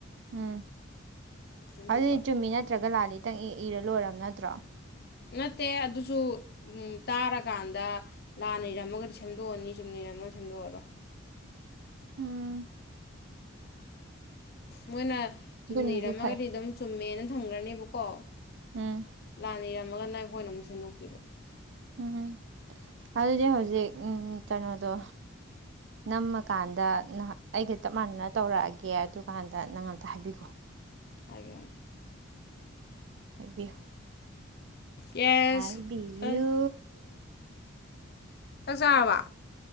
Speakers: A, on the right (about 60°); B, on the left (about 50°).
A: ꯎꯝ
B: ꯑꯗꯨꯗꯣ
A: ꯑꯗꯨꯗꯤ ꯆꯨꯝꯃꯤ ꯅꯠꯇ꯭ꯔꯒ ꯂꯥꯛꯑꯅꯤꯇꯪ ꯏꯔ ꯂꯣꯏꯔꯝ ꯅꯠꯇ꯭ꯔꯣ
B: ꯅꯠꯇꯦ ꯑꯗꯨꯁꯨ ꯇꯥꯔꯀꯥꯟꯗ ꯂꯥꯟꯅ ꯏꯔꯝꯃꯒꯗꯤ ꯁꯦꯝꯗꯣꯛꯑꯅꯤ ꯆꯨꯝꯅ ꯏꯔꯝꯃꯒ ꯁꯦꯝꯗꯣꯛꯑꯔꯣꯏ
A: ꯎꯝ
B: ꯃꯣꯏꯅ ꯆꯨꯝꯅꯤꯔꯝꯃꯒꯗꯤ
A: ꯑꯗꯨꯅꯗꯤ ꯐꯩ
B: ꯑꯗꯨꯝ ꯆꯨꯝꯃꯦꯅ ꯊꯝꯈ꯭ꯔꯅꯦꯕꯀꯣ
A: ꯎꯝ
B: ꯂꯥꯟꯅ ꯏꯔꯝ ꯑꯃꯃꯒꯅ ꯑꯩꯈꯣꯏꯅ ꯑꯃꯨꯛ ꯁꯦꯝꯗꯣꯛꯇꯣꯏꯕ
A: ꯎꯝ ꯑꯗꯨꯗꯤ ꯍꯧꯖꯤꯛ ꯀꯩꯅꯣꯗꯣ ꯅꯝꯃꯀꯥꯟꯗ ꯑꯩꯒ ꯆꯞ ꯃꯥꯟꯅꯅ ꯇꯧꯔꯛꯑꯒꯦ ꯑꯗꯨꯀꯥꯟꯗ ꯅꯪ ꯑꯝꯇ ꯍꯥꯏꯕꯤꯈꯣ
B: ꯍꯥꯏꯒꯦ ꯍꯥꯏꯒꯦ
A: ꯍꯥꯏꯕꯤꯌꯨ
B: ꯌꯦꯁ
A: ꯍꯥꯏꯕꯤꯌꯨ
B: ꯑꯩ ꯆꯥꯛ ꯆꯔꯕꯥ